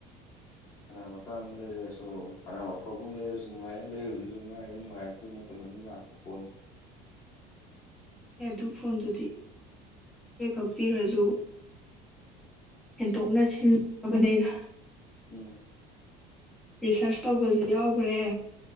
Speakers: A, on the left (about 25°); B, in the centre.
A: ꯑꯅꯥ ꯃꯇꯇꯥꯡꯕ ꯂꯩꯔꯁꯨ ꯑꯅꯥꯝ ꯑꯐꯕ ꯑꯃ ꯂꯩꯔꯁꯨ ꯅꯨꯡꯉꯥꯏꯌꯦ ꯂꯩꯔꯨꯗꯁꯨ ꯥꯏ ꯅꯨꯡꯉꯥꯏꯔꯛꯇ꯭ꯔꯕ ꯃꯅꯨꯡꯗ ꯂꯥꯛꯄ ꯄꯣꯠꯅꯤ
B: ꯑꯦ ꯑꯗꯨ ꯐꯣꯟꯗꯨꯗꯤ ꯈꯛ ꯄꯤꯔꯁꯨ ꯍꯦꯟꯇꯣꯛꯅ ꯁꯤꯖꯤꯟꯅꯕꯅꯤꯅ
A: ꯎꯝ
B: ꯔꯤꯁꯔꯁ ꯇꯧꯕꯁꯨ ꯌꯥꯎꯈ꯭ꯔꯦ